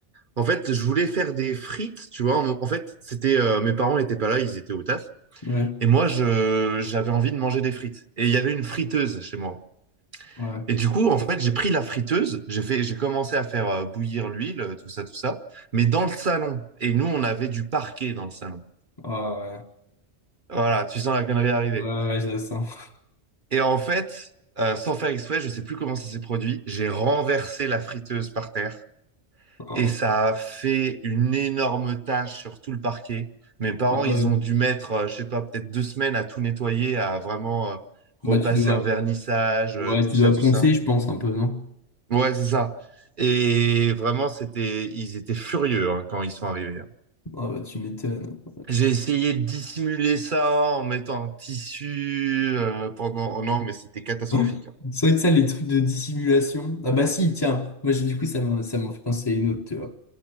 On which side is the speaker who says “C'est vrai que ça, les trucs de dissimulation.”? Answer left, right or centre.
Left